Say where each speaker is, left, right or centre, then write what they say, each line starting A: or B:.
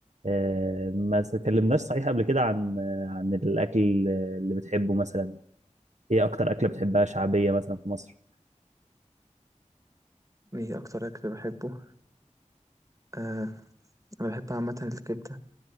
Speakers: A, on the right; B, on the right.
A: آه، ما اتكلمناش صحيح قبل كده عن آه، عن الأكل اللي بتحبه مثلا إيه أكتر أكلة بتحبها شعبية مثلا في مصر
B: ايه اكتر اكل بحبه آه انا بحب عامه الكبده